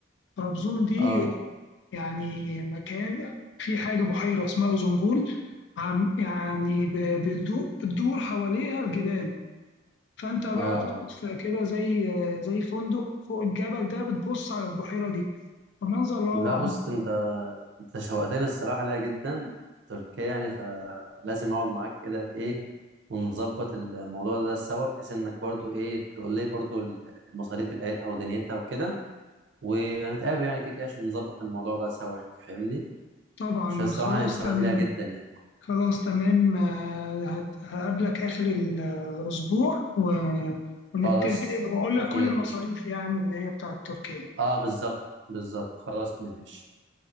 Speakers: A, on the left; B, on the right.
A: طرابزون دي
B: اه
A: يعني مكان في حاجة بحيرة اسمها أوزنجول عم يعني ب- بتدور بتدور حواليها الجبال فأنت بقى
B: اه
A: بتقعد في كده زي زي فندق فوق الجبل ده بتبص على البحيرة دي فمنظر روعة
B: لا بص انت انت شوقتني الصراحه ليها جدا تركيا يعني فلازم اقعد معاك كده ايه ونظبط الموضوع ده سوا بحيث انك برضو ايه تقول لي برضو المصاريف بتاعتها ودنيتها وكده وهنتقابل يعني كده كده عشان نظبط الموضوع ده سوا يعني فاهمني
A: طبعا
B: عشان الصراحه
A: خلاص
B: انا اتشوقت
A: تمام
B: ليها جدا يعني
A: خلاص تمام آه، هت- هقابلك آخر الأسبوع و- ونتفق
B: خلاص
A: وأقول لك
B: خير
A: كل المصاريف
B: قشطة.
A: يعني اللي هي بتاعت تركيا
B: اه بالظبط بالظبط خلاص ماشي